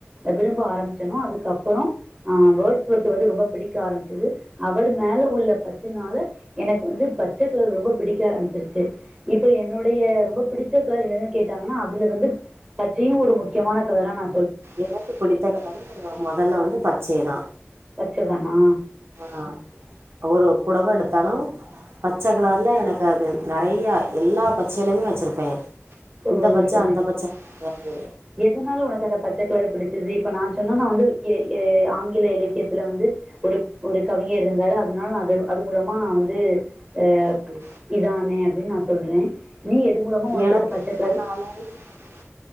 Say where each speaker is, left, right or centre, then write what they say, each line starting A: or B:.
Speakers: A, on the right (about 20°); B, on the right (about 65°).
A: விரும்ப ஆரம்பிச்சனோ அதுக்கப்பறோ ஆ வேர்ட்ஸ் வேர்த்து வந்து ரொம்ப பிடிக்க ஆரம்பிச்சது அவர் மேல உள்ள பற்றுனால எனக்கு வந்து பச்ச கலர் ரொம்ப பிடிக்க ஆரம்பிச்சிருச்சு இப்ப என்னுடைய ரொம்ப பிடிச்ச கலர் என்னதுன்னு கேட்டாங்ன்னா அதுல வந்து பச்சயு ஒரு முக்கியமான கலரா நா
B: எனக்கு பிடித்த கலரு <inaudible> மொதல்ல வந்து பச்சைதா
A: பச்சதானா
B: ஆ ஒரு பொடவ எடுத்தாலு பச்ச கலர்ல எனக்கு அது நெறையா எல்லா பச்சயிலுமே வெச்சிர்ப்பே
A: ஓ!
B: இந்த பச்ச
A: சரி.
B: அந்த பச்ச <inaudible> கெடயாது
A: எதனால ஒனக்கு அந்த பச்ச கலர்ரு பிடிச்சது இப்ப நா சொன்னனா வந்து எ எ ஆங்கில இலக்கியத்துல வந்து ஒரு ஒரு கவிஞர் இருந்தாரு அதனாலா நா அது அது மூலமா நா வந்து அ
B: து
A: இதானே அப்டின்னு நா சொல்றே நீ எது மூலமா ஒனக்கு
B: எனக்கு
A: அந்த பச்சக் <unintelligible>
B: <unintelligible>